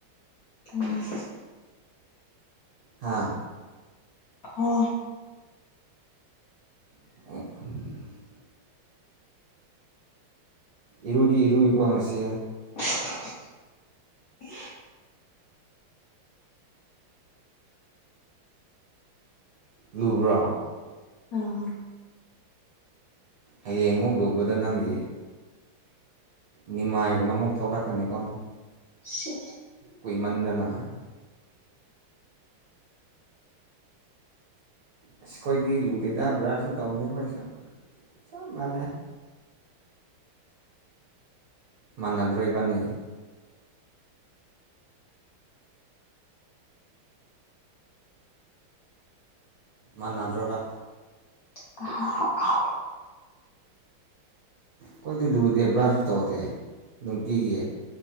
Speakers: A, on the left; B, on the right.
A: ꯎꯝ
B: ꯍꯥꯥ
A: ꯍꯣꯏ
B: <unintelligible> ꯏꯔꯨꯗꯤ ꯏꯔꯨꯏꯀꯣ ꯉꯁꯤ
A: <unintelligible>
B: ꯂꯨꯕ꯭ꯔꯣ
A: ꯑ
B: ꯍꯌꯦꯡꯃꯨꯛ ꯂꯨꯕꯗ ꯅꯪꯒꯤ ꯅꯤꯃꯥꯏꯒꯨꯝꯕ ꯑꯃꯨꯛ ꯊꯣꯛꯂꯛꯀꯅꯤꯀꯣ
A: ꯁꯦ
B: ꯀꯨꯏꯃꯟꯗꯅ ꯑꯁ ꯈꯣꯏꯗꯤ ꯂꯨꯗꯦꯗ ꯕ꯭ꯔꯁꯁꯨ ꯇꯧꯗꯦ ꯈꯣꯏꯁꯨ ꯆꯞ ꯃꯥꯟꯅꯩ ꯃꯥꯟꯅꯗ꯭ꯔꯣ ꯏꯕꯥꯟꯅꯤ ꯃꯥꯟꯅꯗ꯭ꯔꯣꯕ
A: <unintelligible>
B: ꯈꯣꯏꯗꯤ ꯂꯨꯗꯦ ꯕ꯭ꯔꯁꯁꯨ ꯇꯧꯗꯦ ꯅꯨꯡꯇꯤꯒꯤ